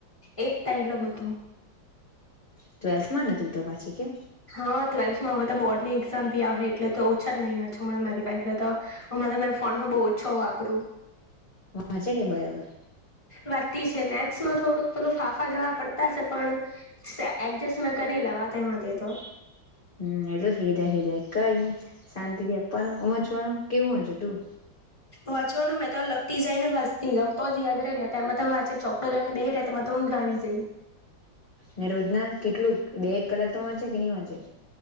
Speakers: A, on the left; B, on the left.
A: એ જ ટાયલા બધું.
B: ટ્વેલ્થ માં ને તું તો પાછી? કે
A: હા ટ્વેલ્થમાં અવે તો બોર્ડની એક્ઝામ ભી આવહે એટલે તો ઓછા જ મહિના છો અમણા મારી પાસે એટલે તો અમણાં તો મેં ફોન હો બો ઓછો વાપરું.
B: વાંચે કે બરાબર?
A: વાતી છે મેથ્સમાં થોડુંક પેલું ફાંફા જેવા પડતા છે, પણ એડજસ્ટ મેં કરી લેવા. તેમા તે તો
B: હમ એ તો થેઈ જાય થેઈ જાય કઈની શાંતિ થી આપવાનુંં, વાચવાનું કેવું વાંચે તું?
A: વાંચવાનું મેં તો લગતી જાય ને વાચતી જામ તો જ યાદ રેય ને. એમાં તો વાચે ચોકડ લને બેહે રહે તેમાં તો હું ગ આવી જઈ
B: ને રોજના કેટલું બે એક કલાક તો વાંચે કે નઈં વાંચે